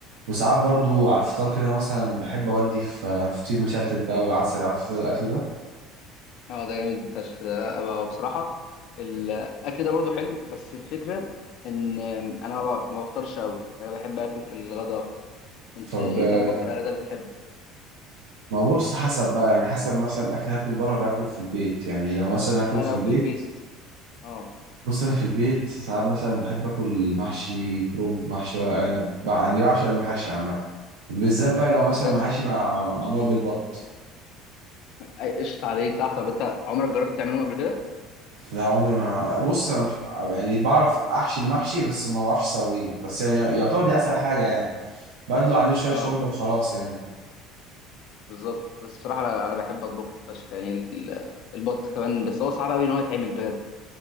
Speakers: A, on the right (about 85°); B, on the left (about 65°).
A: وساعات برضو على الفطار كده مثلا بحب اودي في فطير مشلتت بقى وعسل عارف إنت الاكل ده
B: اه ده جامد فشخ ده هو بصراحة الأكل ده برضو حلو بس الفكرة إن أنا ما ب- ما بفطرش أوي أنا بحب آكل في الغداء أكتر أنت
A: طب
B: إيه
A: آه،
B: طيب أكتر غدا بتحبه؟
A: ما هو بص حسب بقى يعني حسب مثلا اكل هاكل بره ولا اكل في البيت يعني لو مثلا اكل
B: لا
A: في
B: لو
A: البيت
B: في البيت اه
A: بص انا في البيت ساعات مثلا بحب اكل محشي كرنب محشي ورق عنب بع- يعني بعشق المحاشي عامه بالذات بقى لو مثلا
B: بجد
A: محاشي مع- مع- معموله بالبط
B: أي قشطة عليك صح طب أنت عمرك جربت تعملهم قبل كده؟
A: لا عمري ما بص انا مش يعني بعرف احشي المحشي بس ما بعرفش اسويه بس يعني يعتبر دي اسهل حاجه يعني بدلو عليه شويه
B: اه
A: شوربه وخلاص يعني
B: بالظبط بس بصراحة أنا أنا بحب أطبخ فشخ يعني ال- البط كمان بس هو صعب أوي إن هو يتعمل بجد